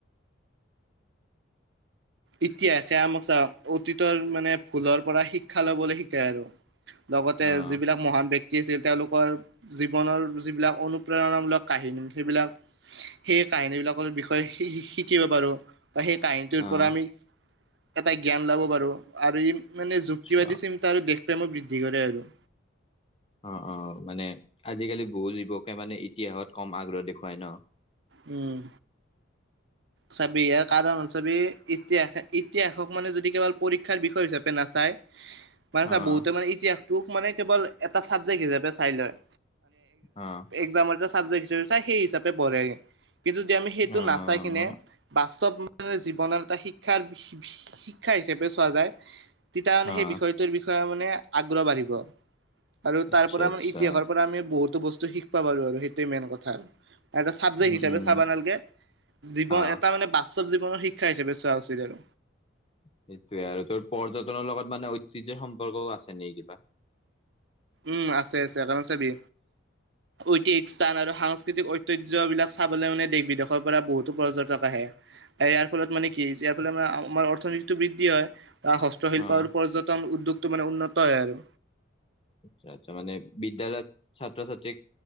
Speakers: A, on the right; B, on the left.
A: ইতিহাসে আমাক অতীতৰ মানে ভুলৰ পৰা শিক্ষা লবলৈ শিকায় আৰু। লগতে
B: অ',
A: যিবিলাক মহান ব্যক্তিৰ। আছিল তেওঁলোকৰ জীৱনৰ যিবিলাক অনুপ্ৰেৰণামূলক কাহিনী সেইবিলাক সেই কাহিনী বিলাকৰ বিষয়ে শ শিকিব পাৰো বা সেই কাহিনীটোৰ
B: অ',
A: পৰা আমি। এটা জ্ঞান লব পাৰো আৰু ই মানে যুক্তিবাদী
B: আচ্ছা
A: চিন্তা আৰু। পেম বৃদ্ধি কৰে আৰু।
B: অঁ অঁ মানে আজিকালি বহু যুৱকে মানে ইতিহাসত কম আগ্ৰহ দেখুৱাই ন।
A: উম।
B: উ <inaudible>
A: চি ইয়াৰ কাৰণ হ চাবি ইতিহাস ইতিহাসক মানে যদি কেৱল পৰীক্ষাৰ বিষয় হিচাপে নাচায়। মানে
B: অ',
A: চা বহুতে মানে ইতিহাসটোক মানে কেৱল এটা চাবজেক্ট হিচাপে চাই লয়।
B: অ',
A: এগজামৰ সাব্জে্ট হিচাপ সেই হিচাপে বঢৰে। কিন্তু যদি আমি সেইটো
B: অ',
A: নাচাই কিনে বাস্তৱ। জীৱনৰ এটা শিক্ষাৰ শিক্ষা হিচাপে চোৱা যায়। তেতিয়া মানে
B: অ',
A: সেই বিষয়টোৰ বিষয়ে মানে আগ্ৰহ বাঢ়িব। আৰু
B: আচ্ছা
A: তাৰ পৰা আমাৰ
B: আচ্ছা
A: ইতিহাসৰ পৰা আমি বহুতো বস্তু শিকিবা পাৰো আৰু সেইটোৱে মেইন কথা আৰু। এটা চাবজেক্ট
B: উম,
A: হিচাপে
B: উম,
A: চাবা নালকে, জীৱন
B: অ',
A: এটা মানে পা বাস্তৱ জীৱনৰ শিক্ষা হিচাপে চোৱা উচিত আৰু।
B: সেইটোৱে আৰু তোৰ পৰ্যটনৰ লগত মানে ঐতিহ্য সম্পৰ্কও আছে নে কিবা?
A: উম আছে আছে কাৰণ চাবি। ঐতিাসিক স্থান আৰু সাংস্কৃতিক ঐতিহ্যবলাক চাবলৈ মানে দেশ বিদেশৰ পৰা বহুতো পৰ্যটক আহে। ইয়াৰ ফলত মান কি ইয়াৰ ফল ম আমাৰ অৰ্থনীতিটো বৃদ্ধি হয়। আহ হস্ত্ৰশিল্প
B: অ',
A: আৰু পৰ্যটন উদ্যোগটো মানে উন্নত হয় আৰু।
B: আচ্ছা আচ্ছা মানে বিদ্যালয়ত ছাত্ৰ ছাত্ৰীক।